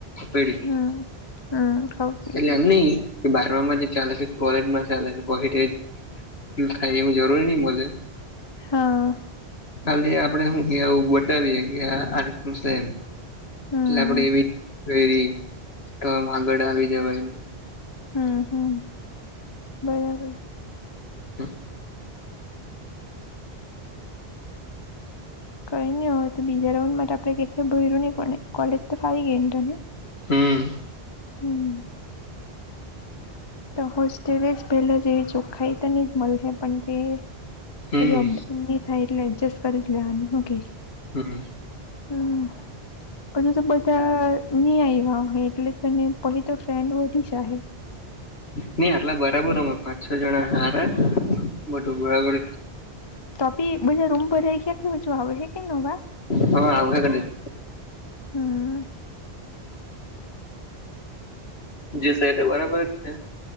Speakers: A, on the left (about 70°); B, on the left (about 30°).
A: પેડ
B: હમ હમ ખઉ પીધી
A: એટલે એમ નહીં બાર માં જે ચાલે છે કોલેજ માં ચાલે પછી થાય એવું જરૂરી નહી બોલ.
B: હા
A: ખાલી આપડે હું કવું બતાવીએ કે આ રીતનું છે એમ.
B: હમ
A: એટલે આપડે એવી તો આમ આગળ આવી જવાય.
B: હમ હમ બરાબર.
A: <inaudible>
B: કઈ નહી હોય તો બીજા રાઉન્ડ માટે આપડે કે ભર્યું નહી પણને કોલેજ તો ફરી ગઈ ને તને.
A: હમ.
B: હમ. તો હોસ્ટેલે જ પેલા જેવી ચોખાઈ તો નહી જ મળે પણ કે
A: હમ
B: પછી અપડાઉન નહી થાય એટલે એડજસ્ટ કરી લેવાનું શું કે.
A: હમ.
B: હમ હજુ તો બધા નહી આવ્યા એટલે તને પહી તો ફ્રેડો વધી જાયે.
A: નહી આટલા બરાબર અમે પાંચ છ જણા હાર બધું બરાબર.
B: તોપી બધા રૂમ ભઈ ગયા કે ઓછુ આવે હ કેમ નવા
A: હા આવખ કદાચ.
B: હમ
A: જી શેટ બરાબર જ છે.